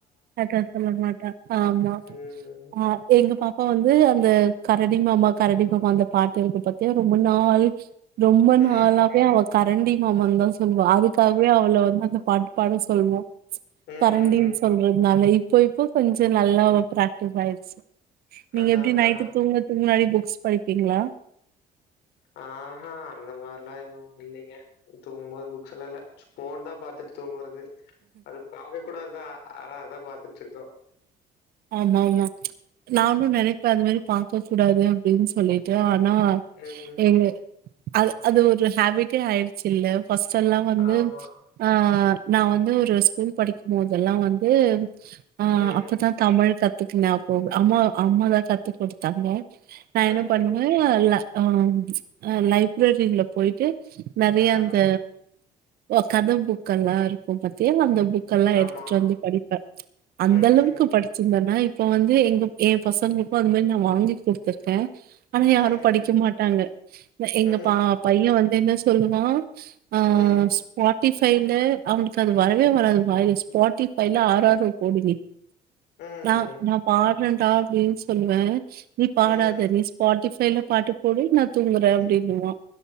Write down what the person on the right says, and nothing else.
கரெக்ட்டா சொல்ல மாட்டா ஆமா
ஆ எங்க பாப் பா வந்து அந்த கரடி மாமா கரடி மாமா அந்த பாட்டு இருக்கு பாத்தியா ரொம்ப நாள் ரொம்ப
நாளாவே அவ கரண்டி மாமான்னு‌தா சொல்லுவா அதுக்காகவே அவள வந்து அந்த பாட்டு பாட சொல்லுவோ
கரண்டின்னு சொல்றது அவள ‌இப்போ இப்போ கொஞ்ச நல்லா ப்ராக்டிஸ் ஆயடுச்சு நீங்க
எப்டி
நைட்டு
தூங்கறதுக்கு முன்னாடி புக்ஸ் படிப்பீங்களா
ஆமா ஆமா நானு நெனப்பெ அந்த மாரி பாக்க கூடாது அப்படின் சொல்லிட்டு ஆனா
எங்க அது அது ஒரு ஹேபிட்டே ஆயிடுச்சு இல்ல ஃபர்ஸ்ட்டல்லா வந்து
ஆஹ் நா வந்து ஒரு ஸ்கூல் படிக்கும் போதெல்லா வந்து ஆஹ்
அப்பதா <unintelligible> கத்துக்குன அப்போ அம்மா அம்மா தா கத்துக் குடுத்தாங்க நா
என்ன பண்ணுவே ல ஆ லைப்ரரியில போயிட்டு நறைய
அந்த ஓ கத புக்கல்லாருக்கு பத்தியா அந்த புக் க்கல்லா
எடுத்துட்டு வந்து படிப்ப அந்தளவுக்கு
படி த்தனா இப்ப வந்து எங்க எ பசங்களுக்கு அந்த மாரி நா வாங்கி குடுத்துருக்க ஆனா யாரு
படிக்க மாட்டாங்க எங்க
பா பைய வந் என்ன சொல்லுவா அஹ்
ஸ்பாட் ட்டிபைல அவனுக்கு அது வரவே வராது வாய்ஸ் ஸ்பாட்டிஃபைல ஆறது போடு நீ
நா நான் பா இன்னன்டா அப்டின் சொல்லுவ நீ
பாடாத நீ ஸ்பாட்டி இப்பேயல்ல பாட்டு போடி நா தூங்குற
அப்படின்னுவா